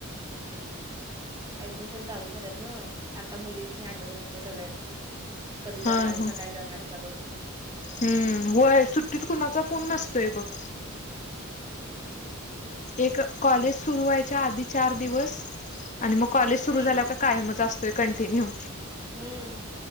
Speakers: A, on the right; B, on the left.
A: ऍडमिशन चालू झाल्यात ना आता मुलीसनी आठवून येते सगळ्यांची कधी जाणारीसा
B: हा-हा
A: काय जाणारीसा करून
B: हम्म हो आहे सुुट्टी त कोणा फोन नसते बघ, एक कॉलेज सुरू व्हायच्या आधी चार दिवस आणि मग कॉलेज
A: तेच
B: सुरू
A: की
B: झाल्यावर कायमच असतोय कंटिन्यू
A: हम्म,